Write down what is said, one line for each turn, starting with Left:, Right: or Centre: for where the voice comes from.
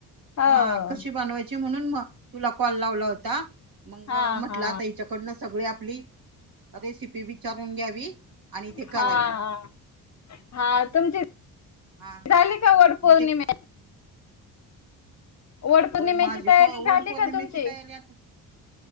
Left: हो
Right: हा
Left: हो
Right: कशी बनवायची म्हणून मग म्हण तुला कॉल लावला होता मग
Left: हा
Right: म्हटलं
Left: हा
Right: आता हिच्याकडूनच सगळी आपली रेसिपी विचारून घ्यावी. आणि ते
Left: हा
Right: करावं
Left: हा हा तुमची
Right: हा
Left: झाली का वटपौर्णिमे
Right: मी ते
Left: वट पौर्णिमेची
Right: वड माझी
Left: तयारी
Right: प
Left: झाली
Right: वटपौर्णिमेची
Left: का तुमची
Right: तयारी आ